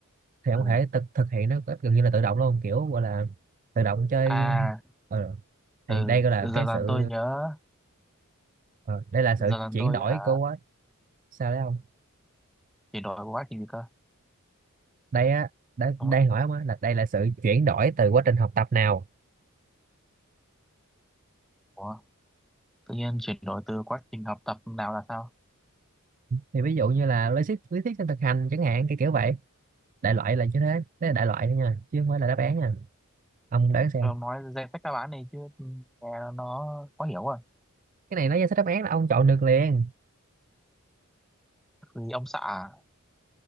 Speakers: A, on the right; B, in the centre.
A: thì
B: ờ
A: ông có thể thực thực hiện nó gần như là tự động luôn kiểu gọi là tự động chơi
B: à
A: ờ,
B: ờ
A: thì đây gọi là
B: dần
A: cái
B: dần
A: sự
B: tôi nhớ
A: ờ, đây là
B: dần
A: sự
B: dần
A: chuyển
B: tôi
A: đổi
B: hả
A: của quá sao đấy không
B: chuyển đổi quá trình gì cơ
A: đây á đây
B: đúng
A: đây
B: không ạ?
A: hỏi ông á là đây là sự chuyển đổi từ quá trình học tập nào
B: Ủa? tự nhiên chuyển đổi từ quá trình học tập nào là sao
A: thì ví dụ như là lý thuyết lý thuyết sang thực hành chẳng hạn cái kiểu vậy đại loại là như thế đấy là đại loại thôi nha chứ không phải là đáp án nha ông đoán xem
B: ông nói danh sách đáp án này chứ ừ, nghe nó khó hiểu rồi
A: cái này nó ra sách đáp án là ông chọn được liền
B: vì ông xã à?